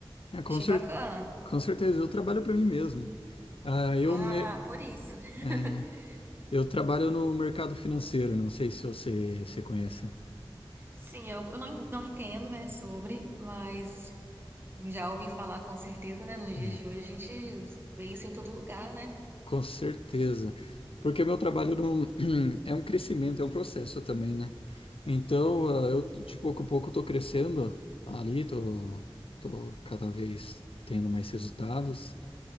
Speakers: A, on the left; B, on the right.
A: É, com
B: Achei
A: cer-
B: bacana.
A: com certeza, eu trabalho para mim mesmo. Ah,
B: Ah,
A: eu, me-
B: por isso. <laughs>
A: é, eu trabalho no mercado financeiro, não sei se você, você conhece.
B: Sim, eu, eu não, en- não entendo, né, sobre, mas já ouvi falar com certeza, né? Nos dias
A: É.
B: de hoje a gente vê isso em todo lugar, né?
A: Com certeza. Porque o meu trabalho não, <clears throat> é um crescimento, é um processo também, né? Então, ah, eu de pouco a pouco tô crescendo ali, tô, tô cada vez tendo mais resultados.